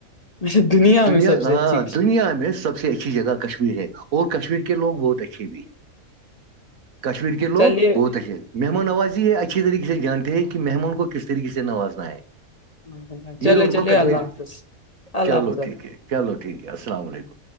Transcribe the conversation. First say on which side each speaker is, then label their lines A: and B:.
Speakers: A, on the left; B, on the right.
A: اچھا
B: دنیا
A: میں سب
B: ہاں
A: سے اچھی
B: دنیا میں سب سے اچھی جگہ کشمیر ہے اور کشمیر کےوگ بہت اچھے بھی <unintelligible> کشمیر کے لوگ
A: چلیے
B: بہت اھے مہمان آواز اچھی طریے سے جانتے ہیں کہ مہمان کو کس طریقے سے نوازنا ہے
A: اچھا چلے
B: یہ ان
A: چلیے
B: کو کشمیر
A: اللہ حافظ اللہ
B: چلو
A: حافظ اللہ
B: ٹھیک ہے چلو ٹھیک ہے السلام علیکم